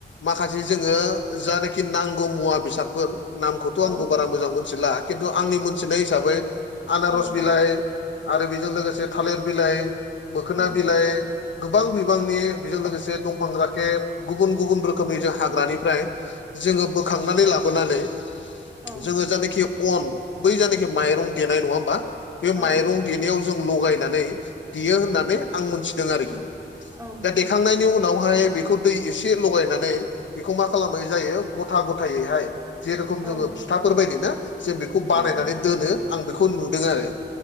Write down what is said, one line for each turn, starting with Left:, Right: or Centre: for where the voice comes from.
Left: माखासे जोङो जानाखि नांगौ मुवा बेसादफोर नामखौथ'
Right: औ
Left: आंबो बारा मोजां मोनथिला। खिन्थु आंनि मोनथिनाय हिसाबै आनारस
Right: औ
Left: बिलाइ। आरो बेजों लोगोसे थालिर बिलाइ मोखोना
Right: औ
Left: बिलाइ गोबां बिबांनि बेजों लोगोसे दंफां राखेब गुबुन गुबुन रो हाग्रानिफ्राय जोङो बोखांनानै लाबोनानै
Right: औ
Left: जोङो जानाखि अन बै जानाखि माइरं देनाय नङा होमबा बे
Right: औ
Left: माइरं देनायाव जों लगायनानै देयो होननानै आं मोनथिदों आरोखि
Right: औ नोंथां
Left: दा देखांनाय बेनि उनावहाय बेखौ दै एसे लगायनानै बेखौ मा खालामनाय जायो गथा गथायैहाय जेरखम
Right: औ
Left: जोङो फिथाफोर बायदि ना जों बेखौ
Right: औ
Left: बानायनानै
Right: नोंथां
Left: दोनो आं बेखौ नुदों आरो।